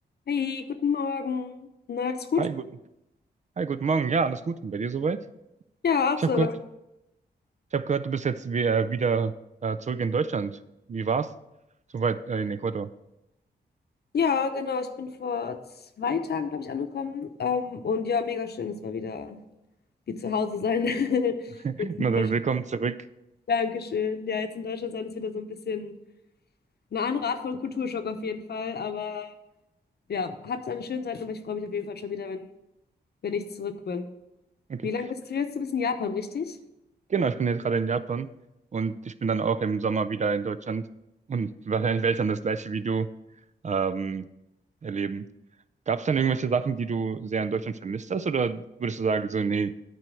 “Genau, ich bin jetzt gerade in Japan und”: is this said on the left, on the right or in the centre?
Right